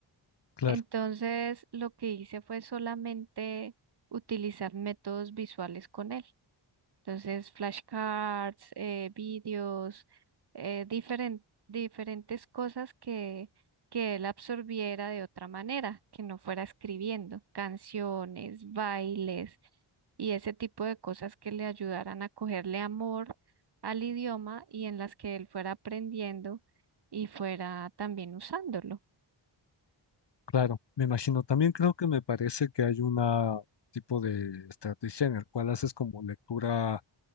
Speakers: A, on the left; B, on the right.
A: claro
B: Entonces, lo que hice fue solamente utilizar métodos visuales con él. Entonces, flashcards, eh, vídeos, eh, diferen- diferentes cosas que, que él absorbiera de otra manera, que no fuera escribiendo, canciones, bailes y ese tipo de cosas que le ayudaran a cogerle amor al idioma y en las que él fuera aprendiendo y fuera también usándolo.
A: Claro, me imagino. También creo que me parece que hay una tipo de estrategia en el cual haces como lectura